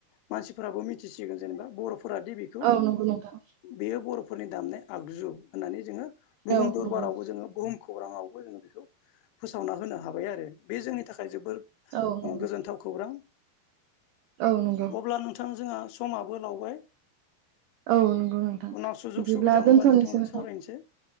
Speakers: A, on the left; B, on the right.
A: मा फोराबो मिथिसिगोन जेनेबा बर'फोरााद बेखौ
B: औ नंगौ नोंथां
A: बेयो बर' फोरनि दामनाय आगजु होननानै जोङो बुहुम
B: औ
A: दरबारावबो
B: नंगौ
A: जोङो बुहुम खौराङावबो जोङो बेखौ फोसावना होनो हाबाय आरो बे जोंनि थाखाय जोबोर
B: औ नंगौ
A: गोजोनथाव खौरां।
B: औ नंगौ
A: अब्ला नोंथां जोंहा समा बो लावबाय
B: औ नंगौ नोंथां
A: उनाव सुजुग
B: बिदिब्ला
A: सुबिदा मोनबा
B: दोनथ'नोसो
A: नोंथांजों
B: ना
A: सावरायनोसै